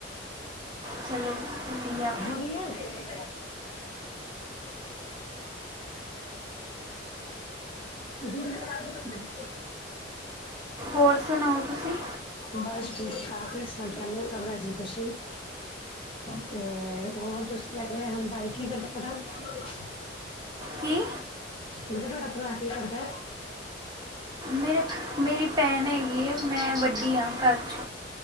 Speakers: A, on the right; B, on the left.
A: ਚਲੋ ਵਧੀਆ
B: ਬੁੜੀਆਂ ਜੀ। <inaudible>
A: ਹੋਰ ਸੁਣਾਓ ਤੁਸੀਂ!
B: ਬਸ ਠੀਕ ਠਾਕ ਵੀ ਸਭ ਚਾਹੇ ਹ ਸਭ ਰਾਜ਼ੀ ਖੁਸ਼ੀ। ਤੇ ਹੋਰ ਤੁਸੀਂ ਕ ਕੇ ਹ ਬਾਈਕ ਕਰਦੇ ਹਾਂਡਾ।
A: ਕੀ
B: ਮੈਂ ਕਿਹਾ ਤੁਹਾਡਾ ਭਰਾ ਕੀ ਕਰਦਾ।
A: ਮੇਰੇ ਮੇਰੀ ਭੈਣ ਹੈਗੀ ਹੈ ਮੈਂ ਵੱਡੀ ਹਾਂ ਘਰ 'ਚ।